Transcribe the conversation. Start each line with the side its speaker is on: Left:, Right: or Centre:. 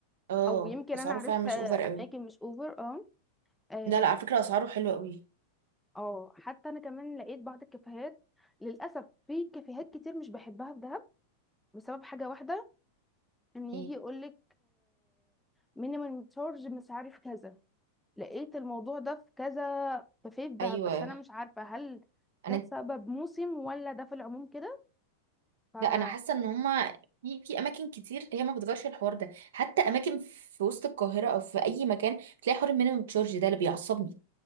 Right: اه
Centre: او يمكن
Right: اسعاره
Centre: انا عرفت
Right: فعلا مش
Centre: آه،
Right: اوفر قوي
Centre: اماكن مش اوفر اه اه
Right: لا لا على فكره اسعاره حلوه قوي
Centre: آه. حتى انا كمان لقيت بعض الكافيهات للاسف في كافيهات كتير مش بحبها في دهب بسبب حاجه واحده ان يجي
Right: ايه
Centre: يقولك مينيمم تشارج مش عارف كذا لقيت الموضوع ده في كذا كافيه في دهب
Right: ايوه
Centre: بس انا مش عارفه هل ده
Right: انا
Centre: بسبب موسم ولا ده في العموم كده فبالظبط
Right: لا انا حاسه ان هما في في اماكن كتير هي ما بتغيرش الحوار ده حتى اماكن في وسط القاهره او في اي مكان بتلاقي حوار المينيمم تشارج ده اللي بيعصبني